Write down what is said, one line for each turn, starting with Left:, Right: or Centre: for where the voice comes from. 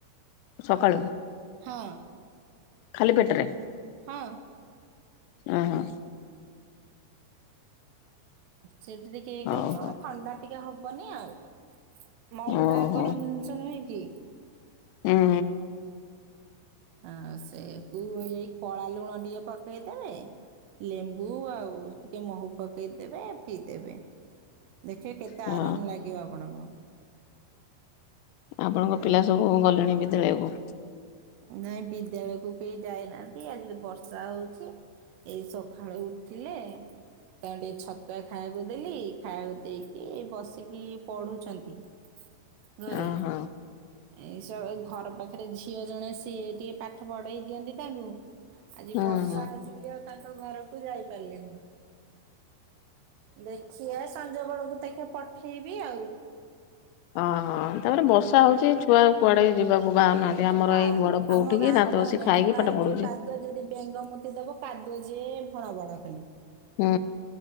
Left: ସକାଳୁ।
Right: ହଁ।
Left: ଖାଲି ପେଟ ରେ।
Right: ହଁ,
Left: ଓ ହୋ!
Right: ଟେକି ଟେକି
Left: ହଉ
Right: <inaudible> କଲେ କଣ
Left: ହଉ
Right: ଥଣ୍ଡା ଟିକେ ହବନି ଆଉ। ମହୁ
Left: ଓହୋ
Right: ଟା ଗରମ ଜିନିଷ ନୁହେଁ କି?
Left: ହୁଁ
Right: ହଁ ସେଇଆକୁ ହେଇ କଳା ଲୁଣ ଟିକେ ପକେଇଦେବେ। ଲେମ୍ବୁ ଆଉ ଟିକେ ମହୁ ପକେଇ ଦେବେ ପିଇଦେବେ। ଦେଖିବେ କେତେ
Left: ହ
Right: ଆରାମ ଲାଗିବ ଆପଣଙ୍କୁ।
Left: ଆପଣଙ୍କ ପିଲା ସବୁ କଣ ଗଲେଣି ବିଦ୍ୟାଳୟକୁ।
Right: ନାଇଁ ବିଦ୍ୟାଳୟକୁ କେହି ଯାଇନାହାନ୍ତି। ଆଜି ତ ବର୍ଷା ହଉଚି। ଏଇ ସଖାଳୁ ଉଠିଲେ ତାକୁ ଟିକେ ଛତୁଆ ଖାଇବାକୁ ଦେଲି। ଖାଇବାକୁ ଦେଇକି ଏ ବସିକି ପଢ଼ୁଛନ୍ତି। ଘରେ!
Left: ଓହୋ
Right: ଏସବୁ ଘର ପାଖରେ ଝିଅ ଜଣେ। ସିଏ ଟିକେ ପାଠ ପଢେଇ ଦିଅନ୍ତି। ତାଙ୍କୁ ଆଜି
Left: ହୁଁ
Right: ବର୍ଷା
Left: ହୁଁ
Right: ହଉଛି ବୋଲି ଆଉ ତାଙ୍କ ଘରକୁ ଯାଇପାରିଲେନି। ଦେଖିବା ସଞ୍ଜବେେଳକୁ ତାକୁ ପଠେଇବି ଆଉ।
Left: ଓହ ତାପରେ ବର୍ଷା ହଉଛି ଛୁଆ କୁଆଡେ ଯିବାକୁ ବାହାରୁ ନାହାନ୍ତି
Right: ଏ
Left: ଆମର
Right: ଯୋଉ
Left: ଏଇ ବଡ ପୁଅ
Right: ଆମ
Left: ଉଠିକି
Right: ଗାଁ
Left: ଦାନ୍ତ
Right: କୁହନି
Left: ଘଷି ଖାଇକି
Right: ଆମ ଗାଁରେ
Left: ପାଠ ପଢୁଛି
Right: ଯୋଉ କାଦୁଅ ଯଦି ବେଙ୍ଗ ମୁତି ଦବ। କାଦୁଅ ଯେ ଭଣ ବଡ ଖାଲି।
Left: ହୁଁ